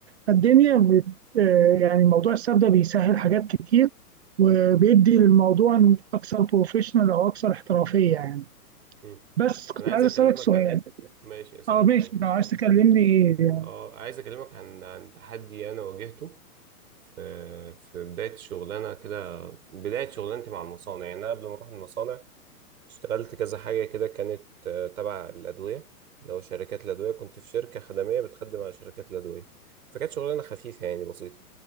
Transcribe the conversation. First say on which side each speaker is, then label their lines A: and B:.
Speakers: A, on the right; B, on the right.
A: فالدنيا بت آه، يعني موضوع الساب ده بيسهل حاجات كتير وبيدي للموضوع اكثر بروفيشنال او اكثر احترافيه يعني
B: م.
A: بس كنت
B: أنا عايز
A: عايز
B: أكلمك
A: اسالك سؤال
B: عن ماشي أسأل
A: اه ماشي
B: الأول
A: لو
B: طيب
A: عايز تكلمني إيه؟
B: اه عايز أكلمك عن عن تحدي أنا واجهته في في بداية شغلانة كده بداية شغلانتي مع المصانع يعني أنا قبل ما أروح المصانع اشتغلت كذا حاجة كده كانت آه، تبع الأدوية اللي هو شركات الأدوية كنت في شركة خدمية بتخدم على شركات الأدوية فكانت شغلانة خفيفة يعني بسيطة